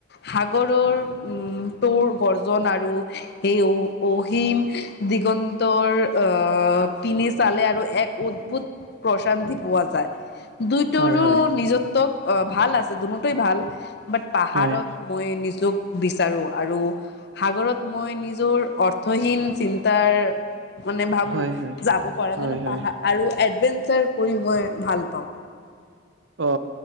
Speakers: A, on the left; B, on the right.
A: সাগৰৰ উম তোৰ বৰ্জন আৰু সেই অ - অহিম দিগন্তৰ অ পিন নি চালে আৰু এক অদ্ভুত প্ৰচান্তি পোৱা যায়। দুইটুৰো
B: হয় হয়
A: নিজত্বক অ ভাল আছে দুনো টোই‌ ভাল বাট পাহাৰত
B: হয়
A: মই নিজক বিচাৰো আৰু সাগৰত মই নিজৰ অৰ্থহীন চিন্তাৰ মানে ভাবো
B: হয় হয়
A: যাব পৰা
B: হয়
A: জানো
B: হয়
A: পাহা আৰু এডভেঞ্চাৰ কৰি মই ভাল পাওঁ।
B: অ'